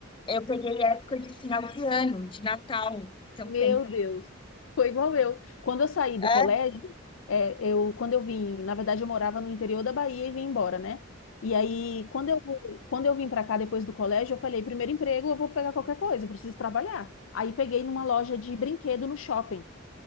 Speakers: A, on the left; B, on the left.
A: eu peguei época de final de ano, de Natal. Então
B: Meu
A: tem.
B: Deus, foi igual eu. Quando eu saí do
A: É,
B: colégio, é, eu, quando eu vim, na verdade eu morava no interior da Bahia e vim embora, né? E aí, quando eu, quando eu vim para cá depois do colégio, eu falei, primeiro emprego, eu vou pegar qualquer coisa, eu preciso trabalhar. Aí peguei numa loja de brinquedo no shopping.